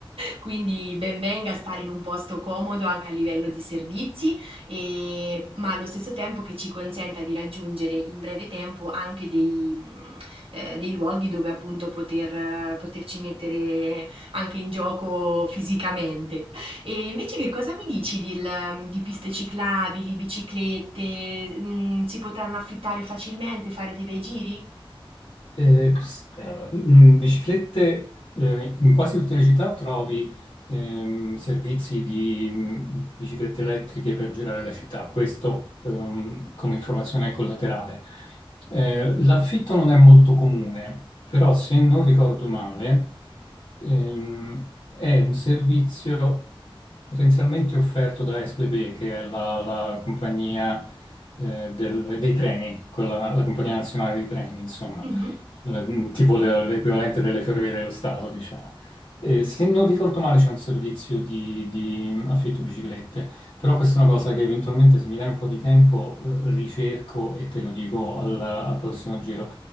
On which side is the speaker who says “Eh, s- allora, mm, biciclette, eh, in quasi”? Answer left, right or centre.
Left